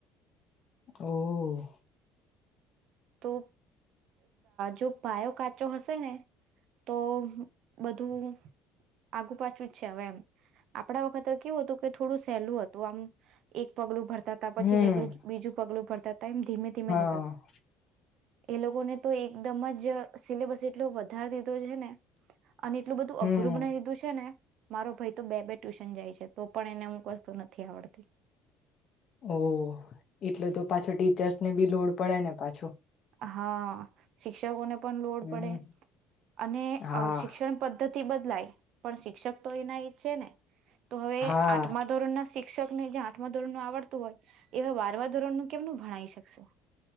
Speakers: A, on the left (about 35°); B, on the right (about 45°).
A: <unintelligible>
B: તો જો પાયો કાચો હશે ને તો બધું આગુ પાછું જ છે, હવે એમ આપડા વખતે કેવું હતું કે થોડું સહેલું હતું, આમ એક પગલું ભર હતા પછી
A: હમ
B: બી બીજું પગલું ફરતા ટાઈમ ધીમે ધીમે જ
A: હા
B: એ લોકોગને તો એકદમ જ સિલેબસ જેટલોું વધારે દીધો છે, ને અને એટલું બધું
A: હમ.
B: અઘરું બનાવી દીધું છે, ને મારો ભઈ તો બે-બે ટ્યુશન જાય છે. તો પણ એને અમુક વસ્તુ નથી આવડતી.
A: ઓહ. એટલું તો પાછો ટીચર્સ ને બી લોડ પડે ને પાછો.
B: હા શિક્ષકોને પણ લોડ
A: હમ
B: પડે અને
A: હા.
B: અ શિક્ષણ પદ્ધતિ તિ બદલાય. પણ શિક્ષક તો એના એજ છે ને. તો હવે
A: હા
B: આઠમા ધોરણના શિક્ષકને જા આઠમા ધોરણનું આવડતું હોય એવા બારમા ધોરણનું કેમનું ભણાઈ શકશે.